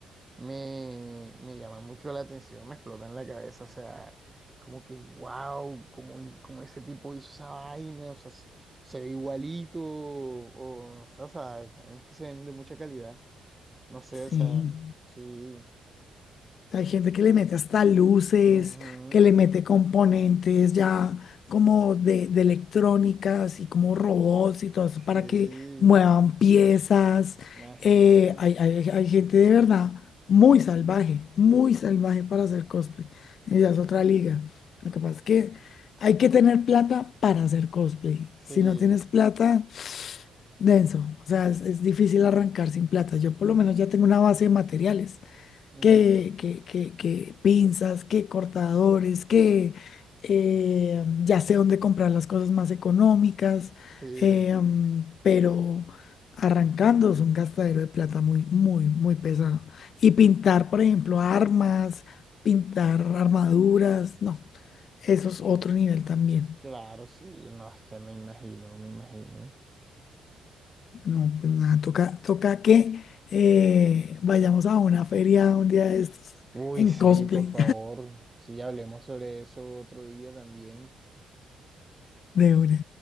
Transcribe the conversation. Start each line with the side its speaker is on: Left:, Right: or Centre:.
Right: me, me llama mucho la atención, me explota en la cabeza, o sea, como que wow, como, y- como ese tipo hizo esa vaina, o sea, se se ve igualito, o, o sea, o sea, hay unos que se ven de mucha calidad, no sé,
Left: Sí.
Right: o sea, sí,
Left: Hay gente que le mete hasta luces,
Right: ujú,
Left: que le mete componentes ya como de, de electrónica, y como robots y todo eso
Right: sí,
Left: para que muevan piezas.
Right: imagínate,
Left: Eh, hay, hay- hay gente de verdad muy salvaje, muy salvaje para hacer cosplay. Eh, Ya es otra liga. Lo que pasa es que hay que tener plata para hacer cosplay.
Right: sí,
Left: Si no tienes plata, denso. O sea, es, es difícil arrancar sin plata. Yo por lo menos ya tengo una base de materiales
Right: ujú,
Left: que, que, que, que pinzas, que cortadores, que eh, ya sé dónde comprar las cosas más económicas,
Right: sí.
Left: eh, mm, pero arrancando es un gastadero de plata muy, muy, muy pesado. Y pintar, por ejemplo, armas, pintar armaduras, no, eso es otro nivel también.
Right: Claro, sí, no, es que me imagino, me imagino.
Left: No, pues nada, toca, toca que eh, vayamos a una feria un día de estos
Right: Uy,
Left: en
Right: sí,
Left: cosplay
Right: por favor, sí, hablemos sobre eso otro día también.
Left: <laughs> de una.